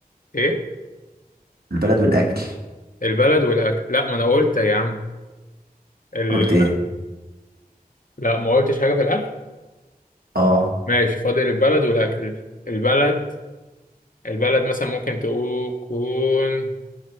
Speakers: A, on the left (about 60°); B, on the right (about 85°).
A: ايه
B: البلد والاكل
A: البلد والاكل لا ما انا قلت يا عم ال...
B: قلت ايه
A: لا ما قلتش حاجه في الاكل
B: اه
A: ماشي فاضل البلد والاكل البلد البلد مثلا ممكن تكون